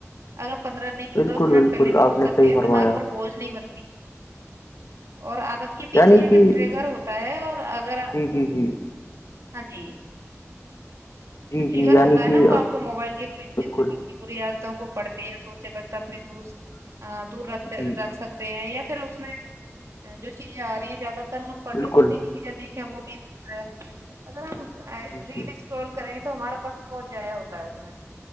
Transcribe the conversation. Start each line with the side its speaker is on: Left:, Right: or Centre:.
Right: اگر پندرہ نہیں تو
Left: بالکل
Right: دس منٹ
Left: بالکل
Right: پہلے بھی
Left: آپ
Right: اٹھ
Left: نے
Right: ستے
Left: صحیح
Right: ہیں
Left: فرمایا
Right: دماغ پر بوجھ نہیں بتی اور آادت کے
Left: یعنی
Right: پیچھے ایک
Left: کہ
Right: ٹریگر ہوتا ہے اور اگر
Left: جی جی جی
Right: ہاں جی
Left: جی
Right: چھٹی
Left: جی
Right: گر
Left: یعنی
Right: ہوتا ہے
Left: کہ
Right: نا وہ آپ کو موبائل کی فال
Left: بالکل
Right: بیاتوں کو پڑھتے یا سوتے وقت اپنے دور دور رکھتے
Left: جی
Right: رکھ سکتے ہیں یا پھر اس میں جو چیزیں آرہی ہیں زیادہ تر ہم پڑھنے
Left: بالکل
Right: لکھنے کی چیزیں دیکھیں وہ بھی بہٹر اگر ہم ریل
Left: جی جی
Right: اسکرول کریں گے تو ہمارا وقت بہت جایا ہوتا ہے اس میں